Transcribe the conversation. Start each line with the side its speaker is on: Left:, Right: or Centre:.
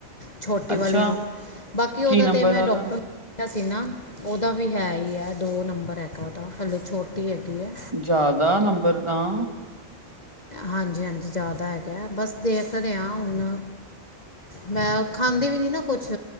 Left: ਛੋਟੇ
Right: ਅੱਛਾ
Left: ਵਾਲੀ ਨੂੰ ਬਾਕੀ ਉਹਦਾ
Right: ਕੀ ਨੰਬਰ
Left: ਤੇ ਮੈਂ
Right: ਆ
Left: ਡਾਕਟਰ
Right: ਉਹਦਾ
Left: ਨ ਸੀ ਨਾ ਉਹਦਾ ਵੀ ਹੈ ਹੀ ਹੈ ਦੋ ਨੰਬਰ ਹੈਗਾ ਉਹਦਾ ਹਲੇ ਛੋਟੀ ਹੈਗੀ ਹੈ।
Right: ਜ਼ਿਆਦਾ ਨੰਬਰ ਤਾਂ
Left: ਹਾਂਜੀ ਹਾਂਜੀ ਜ਼ਿਆਦਾ ਹੈਗਾ ਬਸ ਦੇਖ ਰਿਹਾਂ ਹੁਣ ਮੈਂ ਖਾਂਦੀ ਵੀ ਨੀ ਨਾ ਕੁਛ